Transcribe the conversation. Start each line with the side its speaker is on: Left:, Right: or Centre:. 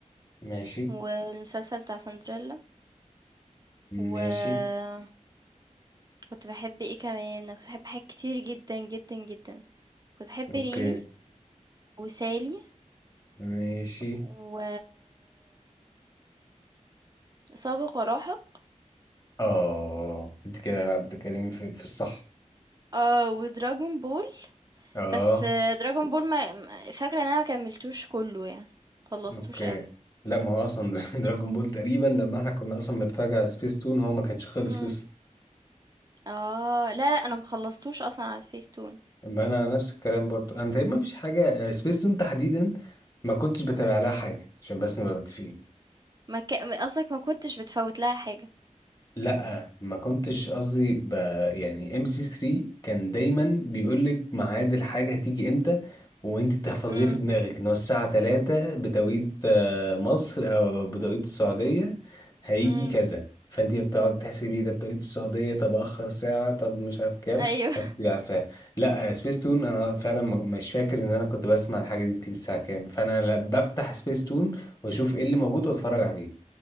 Left: ماشي
Right: والمسلسل بتاع سندريلا و
Left: ماشي
Right: كنت بحب ايه كمان أنا كنت بحب حاجات كتير جدا جدا جدا كنت بحب
Left: اوكي
Right: ريمي وسالي
Left: ماشي
Right: و سابق ولاحق
Left: اه انت كده بقى بتتكلمي في, في الصح
Right: اه ودراجون بول
Left: اه
Right: بس آه، دراجون بول ما ما- فاكره ان انا ما كملتوش كله يعني خلصتوش
Left: اوكي
Right: قوي
Left: لا ما هو اصلا <laughs> دراجون بول تقريبا لما احنا كنا اصلا بنتفرج على سبيس تون هو ما كانش خلص
Right: مم.
Left: لسه
Right: اه لا لا انا مخلصتوش اصلا على سبيس تون
Left: اما انا نفس الكلام برضو انا تقريبا ما فيش حاجه سبيس تون تحديدا ما كنتش بتابع لها حاجه عشان بس نبقى متفقين
Right: ما ك... قصدك ما كنتش بتفوت لها حاجه
Left: لا ما كنتش قصدي ب... يعني ام سي 3 كان دايما بيقول لك ميعاد الحاجه هتيجي امتى وانت تحفظيها
Right: امم
Left: في دماغك ان هو الساعه 3 بتوقيت آه، مصر او بتوقيت السعوديه هيجي
Right: امم
Left: كذا فانت بتقعد تحسبي ده بتوقيت السعوديه طب اخر ساعه طب مش عارف كام
Right: ايوه
Left: فانت تبقي عارفاها لا آه، سبيس تون انا فعلا م- مش فاكر ان انا كنت بسمع الحاجه دي بتيجي الساعه كام فانا لا بفتح سبيس تون واشوف ايه اللي موجود واتفرج عليه